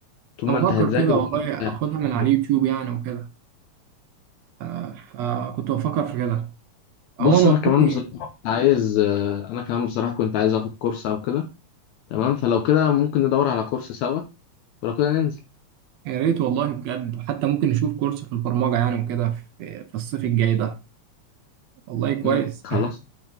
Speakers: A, on the left; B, on the right.
A: طول
B: أنا
A: ما
B: بفكر
A: انت هتذاكر
B: كده والله
A: وطول ما انت
B: أخدها من
A: هتفهم.
B: على اليوتيوب يعني وكده آه، فكنت بفكر في كده
A: بص
B: عموما
A: انا كمان
B: والله
A: بصراحه كنت عايز آه، انا كمان بصراحه كنت عايز اخد كورس او كده تمام فلو كده ممكن ندور على كورس سوا ولو كده ننزل
B: يا ريت والله بجد حتى ممكن نشوف كورس في البرمجة يعني وكده في في الصيف الجاي ده والله كويس
A: مم، خلاص
B: <laughs>